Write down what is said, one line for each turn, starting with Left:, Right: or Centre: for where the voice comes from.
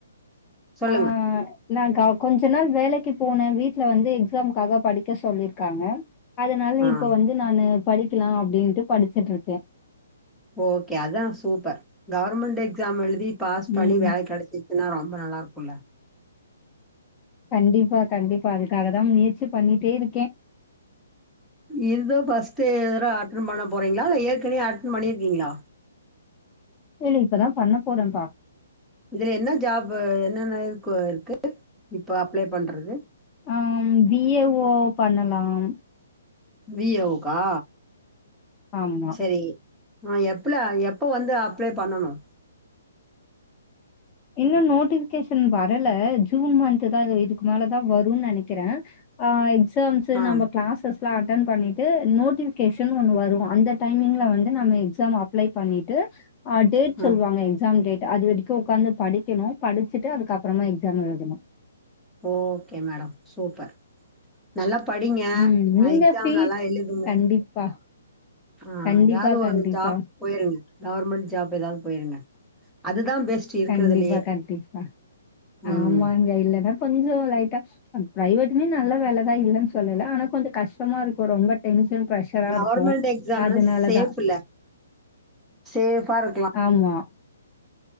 Centre: சொல்லுங்க
Left: ஆ நா கொஞ்ச நாள் வேலைக்கு போனே வீட்டுல வந்து எக்ஸாம்காக படிக்க சொல்லிருக்காங்க அதனால
Centre: ஆ
Left: இப்ப வந்து நானு படிக்கலா அப்டின்ட்டு படிச்சுட்டு இருக்கே
Centre: ஓகே அதா சூப்பர் கவர்மெண்ட் எக்ஸா எழுதி பாஸ் பண்ணி
Left: ம்
Centre: வேல கிடைச்சி ன்னா ரொம்ப நல்லா இருக்கும்ல
Left: கண்டிப்பா கண்டிப்பா அதுக்காக தா முயற்சி பண்ணிட்டே இருக்கே
Centre: இதுதோ ஃபர்ஸ்ட்டு அட்டென் பண்ண போறீங்களா இல்ல ஏற்கனவே அட்டன் பண்ணியிருக்கீங்ளா
Left: இல்ல இல்ல இப்பதா பண்ண போறேப்பா
Centre: இதுல என்ன ஜாப் என்னென்ன இருக்கு இப்ப அப்ளை பண்றது
Left: ஆ பிஏஓ பண்ணலாம்
Centre: விஒவுக்கா
Left: ஆமா
Centre: சரி எப்புல எப்ப வந்து அப்ளை பண்ணணு
Left: இன்னு நோட்டிஃபிகேஷன் வரல ஜூன் மந்த் தா இதுக்கு மேலதா வருன்னு நினைக்கிறே ஆ எக்ஸாம்ஸு
Centre: ஆ
Left: நம்ம கிளாஸஸ் அட்டன் பண்ணிட்டு நோட்டிஃபிகேஷன் ஒன்னு வரு அந்த டைமிங்ல வந்து நம்ம எக்ஸாம் அப்ளை பண்ணிட்டு ஆ டேட் சொல்லுவாங்க
Centre: ஆ
Left: எக்ஸாம் டேட் அது வரைக்கு உக்காந்து படிக்கணு படிச்சுட்டு அதுக்கப்றமா எக்ஸாம் எழுதணு
Centre: ஓகே மேடம் சூப்பர் நல்லா படிங்க
Left: ம் நீங்க
Centre: எக்ஸாம்
Left: ஃப்ரீ
Centre: நல்லா எழுதுங்க
Left: கண்டிப்பா,
Centre: ஆ
Left: கண்டிப்பா,
Centre: எதாவ்து
Left: கண்டிப்பா,
Centre: ஒரு ஜாப் போயிருங்க கவர்மெண்ட் ஜாப் எதாவ்து போயிருங்க அதுதா பெஸ்ட் இருக்கறதுலயே
Left: கண்டிப்பா கண்டிப்பா
Centre: ம்
Left: ஆமாங்க இல்லனா கொஞ்ச லைட்டா பிரைவட்டுமே நல்ல வேலதா இல்லன்னு சொல்லல ஆனா கொஞ்சோ கஷ்டமா இருக்கு ரொம்ப டென்ஷன் பிரஷரா
Centre: கவர்மெண்ட்
Left: இருக்கு
Centre: எக்ஸாம்னா
Left: அதனாலதா
Centre: சேஃப்ல சேஃபா இருக்கலா
Left: ஆமா